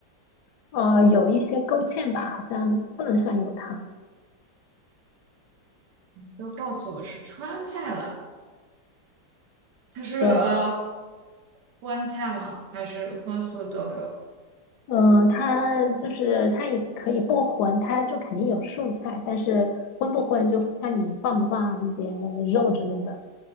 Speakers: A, on the left (about 75°); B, on the right (about 70°).
A: 呃，有一些勾芡吧，好像不能算有汤。
B: 都告诉我是川菜了，它是呃
A: 对，
B: 荤菜吗？还是荤素都有？
A: 嗯，它就是它也可以不荤，它就肯定有素菜，但是荤不荤就看你放不放一些肉之类的。